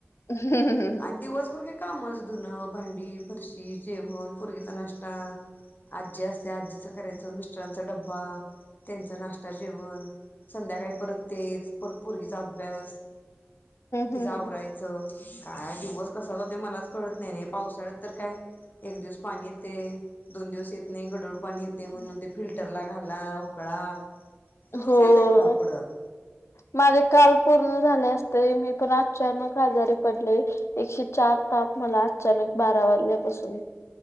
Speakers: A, on the left (about 75°); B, on the left (about 45°).
A: हम्म
B: आणि
A: ह
B: दिवसभर काय कामच धुनं भांडी फरशी जेवण परगचा नाश्ता आज्जी असत त्या आजीचं करायचं मिस्टरांचा डब्बा त्यांचं नाश्ता जेवण संध्याकाळी परत तेज परत पर्गीचा अभ्यास
A: हम्म
B: तिचां आवरायचं काय दिवस कसाच ते मलाच कळत नाही र पावसाळ्यात तर काय एक दिवस पाणी येते दोन दिवस येत नाही गडोळ पाणी येते म्हणून ते फिल्टरला घाल खला उकळा सुरूच
A: हो
B: की आता इथनं पुढं
A: माझे काल पूर्ण झा अस मी पण अ आजारी पडले एकशे चार तप मला अ वाल्यापासून